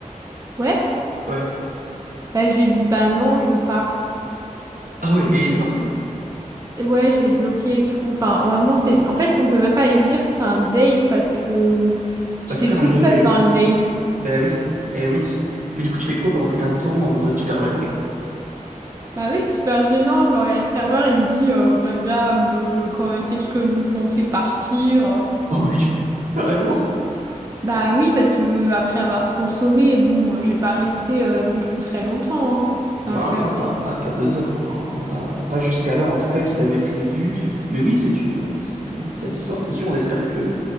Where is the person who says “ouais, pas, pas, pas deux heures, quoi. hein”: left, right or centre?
Right